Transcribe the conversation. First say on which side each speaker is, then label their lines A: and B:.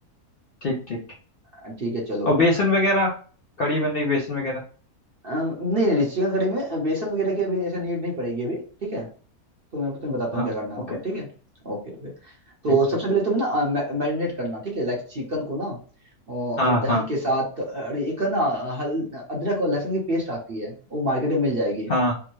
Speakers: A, on the left; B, on the right.
A: ठीक ठीक
B: अ, ठीक है चलो
A: और बेसन वगैरह कड़ी बन रही बेसन वगैरह
B: अ, नहीं नहीं चिकन कड़ी में बेसन वगैरह की अभी ऐसे नीड नहीं पड़ेगी अभी ठीक है तो मैं तुम्हें बताता
A: हाँ
B: हूँ क्या करना होगा
A: ओके
B: ठीक है Okay okay तो
A: ठीक
B: सबसे
A: ठीक
B: पहले तुम्हें ना मैरिनेट करना ठीक है लाइक चिकन को ना अ, और
A: हाँ
B: हाँ दही
A: हाँ
B: के साथ अरे एक ना हल अदरक और लहसुन की पेस्ट आती है वो मार्केट में मिल जाएगी
A: हाँ